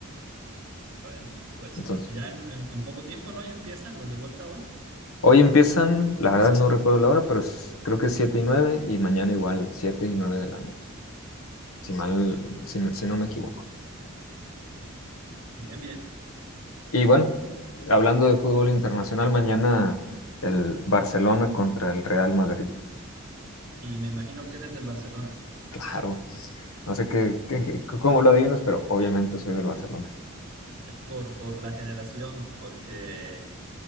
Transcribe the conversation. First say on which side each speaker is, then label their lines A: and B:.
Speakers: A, on the right; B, on the left.
A: Bueno, pues
B: Entonces,
A: ya en, en- en poco tiempo, ¿no? Ya empiezan los de vuelta hoy.
B: hoy empiezan, la verdad no recuerdo la hora, pero es- creo que es 7 y 9 y mañana igual 7 y 9 de la noche, si mal, si, no- si no me equivoco.
A: Bien, bien.
B: Y bueno, hablando de fútbol internacional, mañana el Barcelona contra el Real Madrid.
A: Y me imagino que eres del Barcelona,
B: Claro, no sé qué, qué- cómo lo adivinas, pero obviamente soy del Barcelona.
A: eh, por, por la generación, porque,